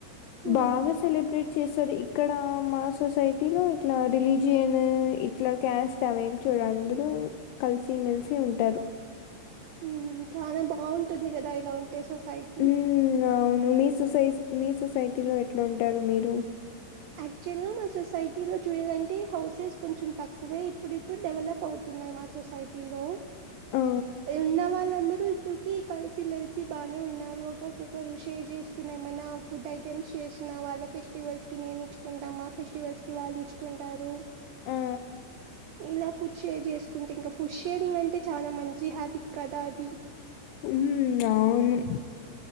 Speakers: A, on the right; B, on the left.
A: ఉమ్,
B: బాగా సెలబ్రేట్ చేశారు ఇక్కడ మా సొసైటీ లో ఇట్లా రిలీజ్ జియన్ ఇట్లా క్యాస్ట్ అవేం చూడరు అందరూ కలిసిమెలిసి ఉంటారు
A: మ్ చాన బాగుంటుంది కదా ఇలా ఉంటే సొసైటీ
B: ఉమ్ అవును మీ సొసైస్ మీ సొసైటీలో ఎట్లుంటారు మీరు
A: యాక్చువల్ గా మా సొసైటీ లో చూడాలంటే హౌసెస్ కొంచెం తక్కువే ఇప్పుడిప్పుడు డెవలప్ అవుతున్నా న్నాయి మా సొసైటీ లో
B: ఆ
A: ఉన్న వాళ్లందరూ ఇప్పుడు కి కలిసి మెలిసి బానే ఉన్నారు ఒక్కొక్కొక్కరు షేర్ చేసుకుని ఏమన్నా ఫుడ్ ఐటెమ్స్ చేసినా వాళ్ళ ఫెస్టివల్స్ కి మేము ఇచ్చుకుంటాం మా ఫెస్టివల్స్కి వాళ్ళు ఇచ్చుకుంటారు
B: ఆ
A: ఇలా ఫుడ్ షేర్ చేసుకుంటే ఇంకా ఫుడ్ షేరింగ్ అంటే చాలా మంచి హ్యాబిట్ కదా అది
B: మ్ అవును